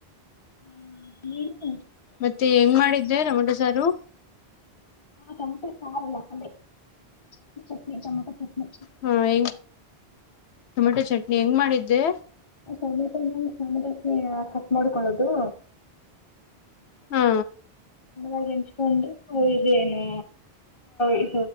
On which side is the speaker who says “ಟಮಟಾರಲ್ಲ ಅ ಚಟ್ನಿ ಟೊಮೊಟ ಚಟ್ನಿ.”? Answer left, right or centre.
Left